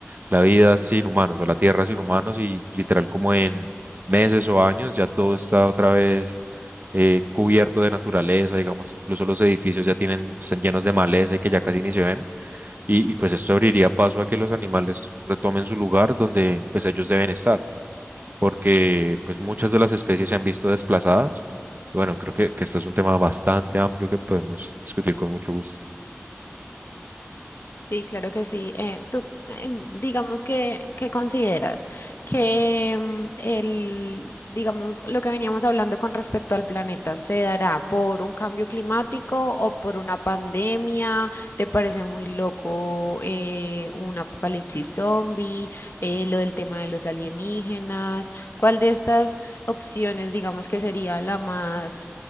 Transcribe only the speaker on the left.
Sí, claro que sí. Eh, tú, em, digamos que, ¿qué consideras? Que em, el, digamos, lo que veníamos hablando con respecto al planeta, ¿se dará por un cambio climático o por una pandemia? ¿Te parece muy loco eh, un apocalipsis zombie? Eh, lo del tema de los alienígenas. ¿Cuál de estas opciones, digamos, que sería la más,